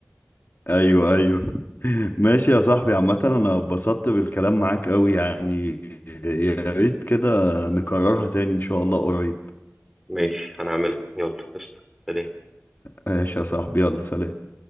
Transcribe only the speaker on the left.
ايوه ايوه ماشي يا صاحبي عامة انا اتبسطت بالكلام معاك قوي يعني يا ريت كده نكررها تاني ان شاء الله قريب
ماشي يا صاحبي يلا سلام